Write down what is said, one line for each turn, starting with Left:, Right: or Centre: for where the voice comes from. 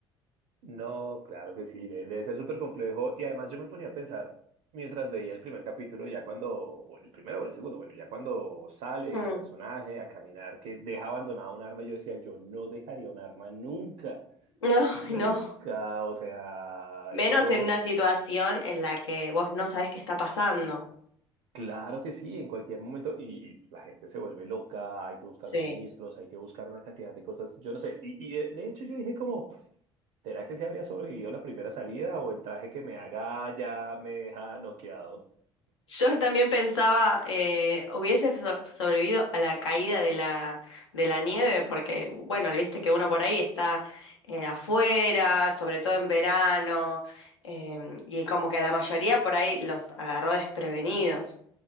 Right: No, claro que sí, de- debe ser súper complejo. Y además yo me ponía a pensar, mientras veía el primer capítulo, ya cuando, o el primero o el segundo, bueno, ya cuando sale
Left: Mm,
Right: el personaje a caminar, que deja abandonada un arma, yo decía, yo no dejaría un arma nunca.
Left: No, <laughs>
Right: Nunca,
Left: no.
Right: o sea,
Left: Menos
Right: eso,
Left: en una situación en la que vos no sabés qué está pasando.
Right: claro que sí, en cualquier momento, y, y la gente se vuelve loca, hay que buscar
Left: Sí.
Right: suministros, hay que buscar una cantidad de cosas, yo no sé, y, y de, de hecho yo dije como, ¿será que se habría sobrevivido la primera salida o el traje que me haga ya me deja noqueado?
Left: Yo también pensaba, eh, hubiese so- sobrevivido a la caída de la, de la nieve, porque, bueno, viste que uno por ahí está eh, afuera, sobre todo en verano, em, y como que a la mayoría por ahí los agarró desprevenidos.